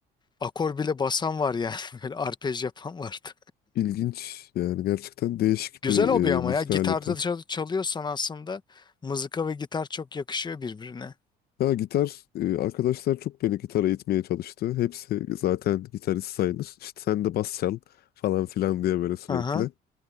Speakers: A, on the left (about 25°); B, on the left (about 65°).
A: akor bile basan var yani <laughs> böyle arpej yapan vardı.
B: ilginç yani gerçekten değişik
A: Güzel
B: bir
A: hobi ama
B: e, müzik
A: ya gitarda
B: aleti.
A: çal- çalıyorsan aslında mızıka ve gitar çok yakışıyor birbirine.
B: Ya gitar e, arkadaşlar çok beni gitara itmeye çalıştı. Hepsi zaten gitarist sayılır. İşte sen de bas çal falan filan diye böyle sürekli.
A: Aha.